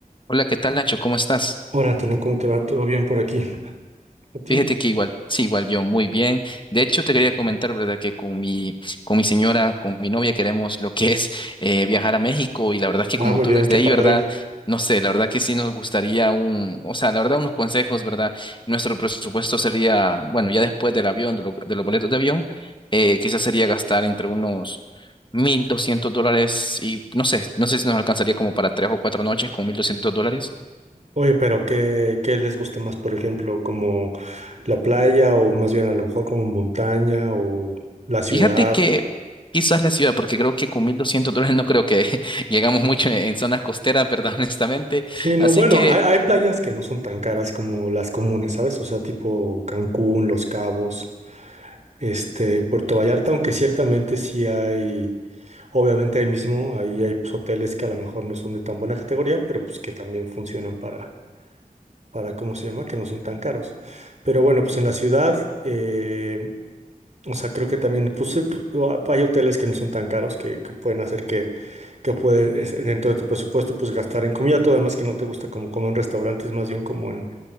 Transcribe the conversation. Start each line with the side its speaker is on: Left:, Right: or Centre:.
Left: Hola, ¿qué tal, Nacho? ¿Cómo estás?
Right: Hola Antonio, ¿cómo te va? ¿Todo bien por aquí? ¿A ti?
Left: Fíjate que igual, sí, igual yo muy bien. De hecho, te quería comentar, ¿verdad? Que con mi, con mi señora, con mi novia, queremos lo que es eh, viajar a México y la verdad es que
Right: Ah,
Left: como
Right: muy
Left: tú
Right: bien,
Left: eres
Right: qué
Left: de ahí,
Right: padre.
Left: ¿verdad? No sé, la verdad que sí nos gustaría un, o sea, la verdad unos consejos, ¿verdad? Nuestro presupuesto sería, bueno, ya después del avión, de, lo- de los boletos de avión, eh, quizás sería gastar entre unos 1.200 dólares y no sé, no sé si nos alcanzaría como para tres o cuatro noches con 1.200 dólares.
Right: Oye, pero ¿qué, qué les gusta más, por ejemplo, como la playa o más bien a lo mejor como montaña o la ciudad?
Left: Fíjate que quizás la ciudad, porque creo que con 1.200 dólares no creo que <laughs> llegamos mucho en zonas costeras, ¿verdad? <laughs> Honestamente.
Right: Sí, no,
Left: Así
Right: bueno,
Left: que,
Right: hay, hay playas que no son tan caras como las comunes, ¿sabes? O sea, tipo Cancún, Los Cabos, este, Puerto Vallarta, aunque ciertamente sí hay, obviamente ahí mismo, ahí hay pues, hoteles que a lo mejor no son de tan buena categoría, pero pues que también funcionan para para, ¿cómo se llama? Que no son tan caros. Pero bueno, pues en la ciudad, eh, o sea, creo que también, pues eh, pu- o- hay hoteles que no son tan caros que, que pueden hacer que, que pueden, es- dentro de tu presupuesto, pues gastar en comida. Tú además que no te gusta como comer en restaurantes, más bien como en,